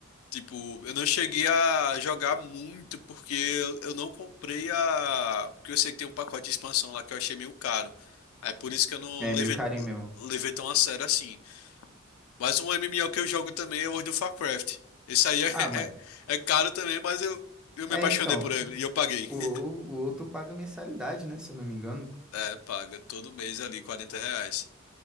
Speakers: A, on the left; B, in the centre.
A: Tipo, eu não cheguei a jogar muito porque eu, eu não comprei a. Porque eu sei que tem um pacote de expansão lá que eu achei meio caro. Aí por isso que eu não
B: É
A: levei,
B: meio carinho mesmo.
A: levei tão a sério assim. Mas um MMO que eu jogo também é World of Warcraft. Esse aí <laughs> é,
B: Ah, mas.
A: é, é caro também, mas eu, eu me
B: É,
A: apaixonei
B: então,
A: por ele e eu paguei.
B: O, o
A: <laughs>
B: outro paga mensalidade, né? Se eu não me engano.
A: É, paga todo mês ali 40 reais.